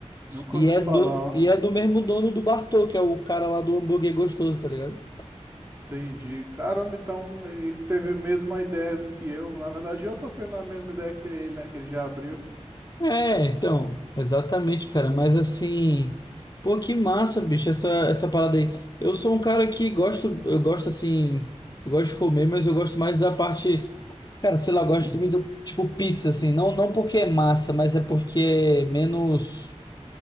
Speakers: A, on the right; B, on the left.
A: Nunca
B: E
A: ouvi
B: é
A: falar,
B: do,
A: ó.
B: e é do mesmo dono do Bartô, que é o cara lá do hambúrguer gostoso, tá ligado?
A: Entendi. Caramba, então ele teve a mesma ideia do que eu. Na verdade, eu tô tendo a mesma ideia que ele, né? Que ele já abriu.
B: É, então, exatamente, cara. Mas assim, pô, que massa, bicho, essa, essa parada aí. Eu sou um cara que gosto, eu gosto assim, eu gosto de comer, mas eu gosto mais da parte, cara, sei lá, eu gosto de comida tipo pizza, assim. Não, não porque é massa, mas é porque é menos.